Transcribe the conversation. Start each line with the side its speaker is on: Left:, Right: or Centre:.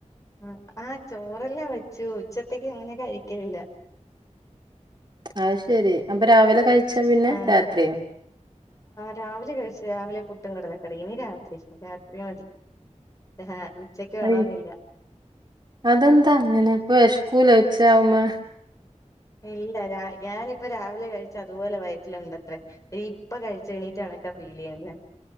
Left: അ ആ ചോറെല്ലാം വെച്ചു ഉച്ചത്തേക്ക് അങ്ങനെ കഴിക്കലില്ല.
Right: അഹ്ശെരി അപ്പൊ രാവിലെ കഴിച്ച പിന്നെ
Left: ആഹ്
Right: രാത്രിയൊ?
Left: രാവിലെ കഴിച്ചു രാവിലെ പുട്ടും കടലക്കറി ഇനി രാത്രി രാത്രി മതി ഹാ ഉച്ചക്ക് വേണോന്നില്ല.
Right: അയ് അതെന്താ അങ്ങനെ അപ്പൊ വെശക്കൂലേ ഉച്ചയാവുമ്പോ
Left: ഇല്ല ഞാനിപ്പ രാവിലെ കഴിച്ച അതുപോലെ വയറ്റിലത്ണ്ടത്രെ ഇപ്പൊ കഴിച്ച എണീട്ടകണക്കാ ക്ക ഫീൽ ചെയ്യ്ന്നെ